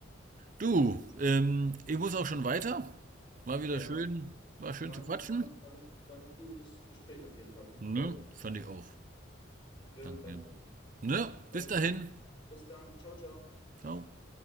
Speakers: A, on the right; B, on the left.
A: Du, ähm, ich muss auch schon weiter. War wieder
B: Ja,
A: schön, war schön
B: war
A: zu
B: ein,
A: quatschen.
B: war ein, war ein, war ein cooles Gespräch auf jeden Fall, hat mich gefreut.
A: Ne, fand ich auch.
B: Ja,
A: Danke.
B: danke.
A: Ne,
B: Ähm,
A: bis dahin.
B: bis dann, ciao, ciao.
A: Ciao.